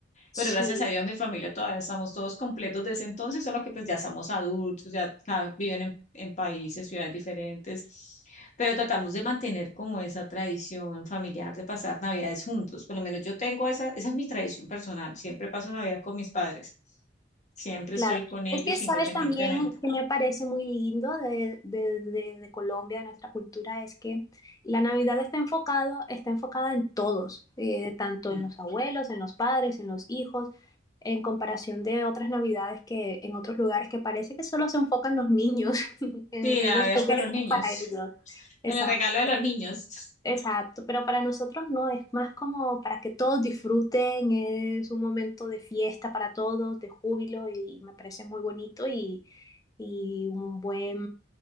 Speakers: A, on the left; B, on the left.
A: Sí,
B: Bueno, gracias a Dios, mi familia todavía estamos todos completos desde entonces, solo que pues ya somos adultos, ya ca- viven en, en países, ciudades diferentes, pero tratamos de mantener como esa tradición familiar de pasar Navidades juntos. Por lo menos yo tengo esa, esa es mi tradición personal. Siempre paso Navidad con mis padres. Siempre
A: claro.
B: estoy con ellos
A: Es que, ¿sabes?
B: independientemente.
A: que me parece muy lindo de, de, de- de Colombia, de nuestra cultura, es que la Navidad está enfocado, está enfocada en todos, eh, tanto
B: Mm.
A: en los abuelos, en los padres, en los hijos, en comparación de otras Navidades que en otros lugares que parece que solo se enfocan los niños, <laughs> en,
B: Sí,
A: en
B: la
A: los
B: Navidad
A: juguetes
B: es para los niños.
A: para
B: <laughs>
A: ellos. Exacto,
B: En el regalo de los niños.
A: exacto. Pero para nosotros no, es más como para que todos disfruten, es un momento de fiesta para todos, de júbilo, y me parece muy bonito y y un buen,